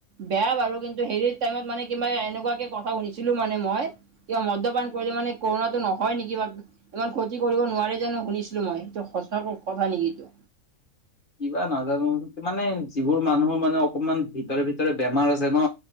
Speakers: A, on the right; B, on the left.
A: বেয়া বাৰু কিন্তু হেৰীত টাইমত মানে কিবা এনেকুৱাকে কথা শুনিছিলো মানে মই কিবা মদ্যপান কৰিলে মানে কৰোণাটো নহয় নেকি ইমান ক্ষতি কৰিব নোৱাৰে যেন শুনিছিলো মই এইটো সঁচা কথা নেকি এইটো
B: কিবা নাজানো মানে যিবোৰ মানুহৰ মানে অকমান ভিতৰে ভিতৰে বেমাৰ আছে ন